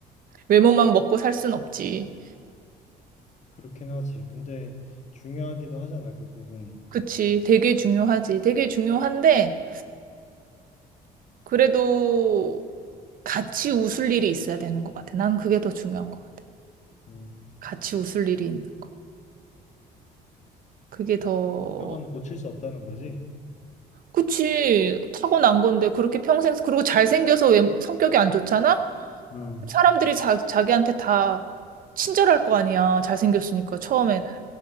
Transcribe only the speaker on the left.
그렇긴 하지. 근데 중요하기도 하잖아, 그 부분이.
음,
경험은 고칠 수 없다는 거지?
음,